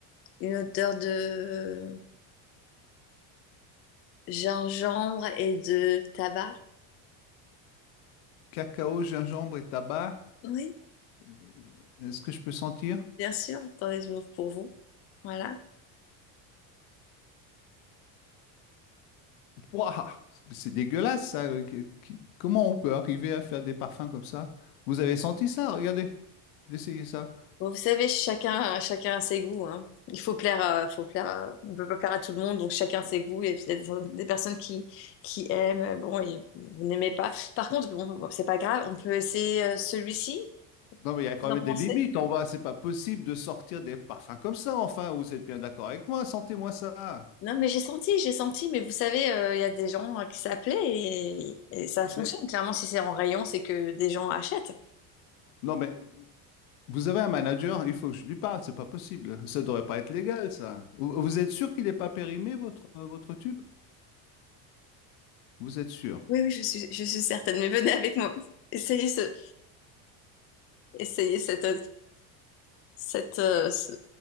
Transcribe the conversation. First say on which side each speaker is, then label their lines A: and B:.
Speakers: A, on the left; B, on the left.
A: une odeur de gingembre et de tabac.
B: Cacao, gingembre et tabac.
A: Oui,
B: euh, Est-ce que je peux sentir?
A: bien sûr. Attendez, je m'ouvre pour vous. Voilà.
B: Ouah, c'est dégueulasse, ça. Qu- qu- Comment on peut arriver à faire des parfums comme ça? Vous avez senti ça? Regardez, essayez ça.
A: Bon, vous savez, chacun, chacun a ses goûts, hein. Il faut plaire, à- faut plaire, à- on peut pas plaire à tout le monde, donc chacun ses goûts. Et puis, il y a des, des personnes qui, qui aiment, euh, bon, et vous n'aimez pas. Par contre, bon, bon, c'est pas grave, on peut essayer euh, celui-ci.
B: Non, mais il y a quand
A: Vous en
B: même
A: pensez?
B: des limites. On va, c'est pas possible de sortir des parfums comme ça. Enfin, vous êtes bien d'accord avec moi? Sentez-moi ça.
A: Non, mais j'ai senti, j'ai senti, mais vous savez, euh, il y a des gens euh, qui s'appelaient et, et ça fonctionne.
B: Mais-
A: Clairement, si c'est en rayon, c'est que des gens achètent.
B: non, mais vous avez un manager. Il faut que je lui parle. C'est pas possible. Ça devrait pas être légal, ça. Vous, vous êtes sûr qu'il n'est pas périmé votre euh, votre tube? Vous êtes sûr?
A: Oui, oui, je suis, je suis certaine, mais venez avec moi. Essayez ce, essayez cette, cette, euh, ce,